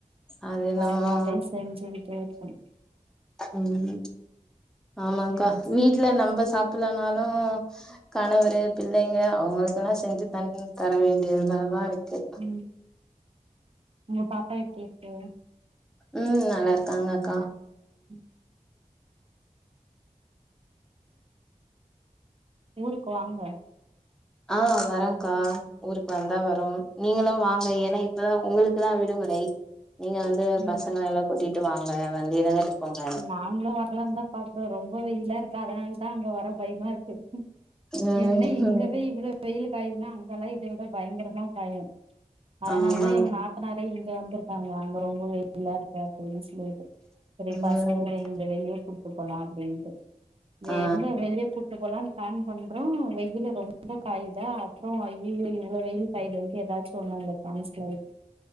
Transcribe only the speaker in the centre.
அது என்னமோ
உம் ஆமாங்க்கா
வீட்ல நம்ப சாப்புட்லனாலு கணவரு பிள்ளைங்க அவங்களுக்குல்லா செஞ்சு தன் தர வேண்டியதா தா இருக்கு
உம் நல்லா இருக்காங்கக்கா
ஆ வரேங்க்கா ஊருக்கு வந்தா வருவோ நீங்களும் வாங்க ஏன்னா இப்பதா உங்ளுக் குதா விடுமுறை நீங்க வந்து
பசங்கள எல்லா கூட்டிட்டு வாங்க வந்து இருந்துட்டு போங்க
ம்
ஆமா
ம்
ஆ